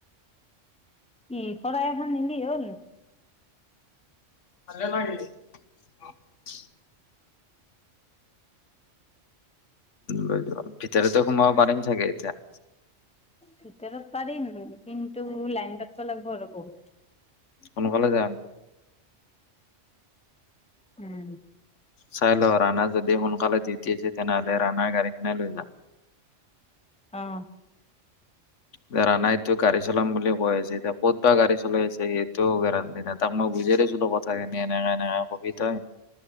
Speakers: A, in the centre; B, on the left.
A: ই শৰাই এখন নিলি হ'ল।
B: ভালে লাগিল। অহ ', <inaudible> ভিতৰতো সোমাব পাৰিম ছাগে এতিয়া,
A: ভিতৰত পাৰি কিন্তু লাইন পাতব' লাগব' আৰু বহুত।
B: সোনকালে যাম।
A: উম্‌
B: চাই লও ৰাণাৰ যদি সোনকালে ডিউটি আছে তেনেহলে ৰাণাৰ গাড়ীখনে লৈ যাম।
A: অ'
B: যে', ৰানাইটো গাড়ী চলাম বুলি কৈ আছে। যে, 'এতিয়া ক'ত বা গাড়ী চলাই আছে সি, সেইটোও গেৰাণ্টি নাই। তাক মই বুজাই দিছিলোঁ কথাখিনি এনেকে -এনেকে কবি তই।